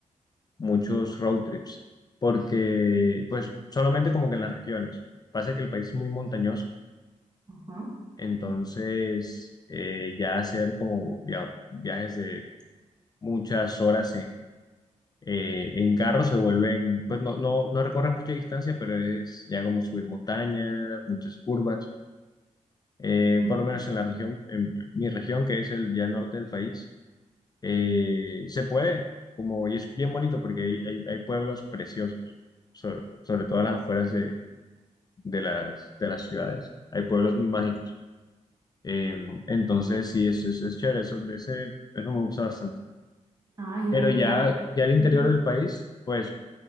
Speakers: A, on the left (about 30°); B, on the right (about 25°).
A: muchos road trips, porque pues solamente como que en las regiones. Pasa que el país es muy montañoso,
B: Ajá.
A: entonces eh, ya hacer como via- viajes de muchas horas en, eh, en carro, se vuelven, pues no, no, no recorres mucha distancia, pero es ya como subir montaña, muchas curvas. Eh,
B: Mm.
A: por lo menos en la región, en mi región, que es el, ya el norte del país, eh, se puede, como, y es bien bonito porque hay, hay, hay pueblos preciosos, sobre, sobre todo en las afueras de, de las, de las ciudades. Hay pueblos muy mágicos. Eh, entonces, sí, es, es, es chévere, eso, ese, eso me gusta bastante.
B: Ah, ya,
A: Pero ya,
B: claro.
A: ya el interior
B: Ujú.
A: del país, pues